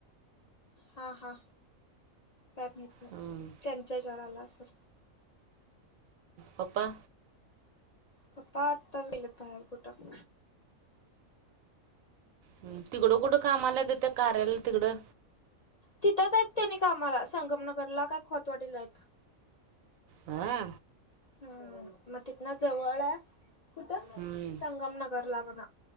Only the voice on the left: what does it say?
हा हा, काय माहित नाही,
त्यांच्या हेच्यावर आला असेल.
पप्पा आत्ताच गेलेत बाहेर कुठं.
तिथंच आहेत तेनी कामाला संगमनगरला काय खोतवाडीला हायत.
हम्म मग तिथनं जवळ आहे, कुठं?
संगम नगरला म्हण.